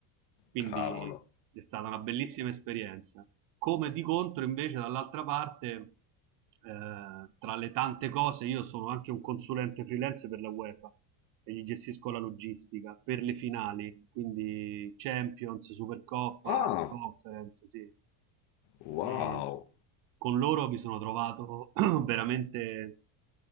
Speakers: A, on the right; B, on the left.
A: Quindi
B: Cavolo.
A: è stata una bellissima esperienza. Come di contro, invece, dall'altra parte, eh, tra le tante cose, io sono anche un consulente freelance per la UEFA e gli gestisco la logistica per le finali, quindi Champions, Supercoppa,
B: Ah,
A: Conference, sì.
B: wow.
A: E con loro mi sono trovato <clears throat> veramente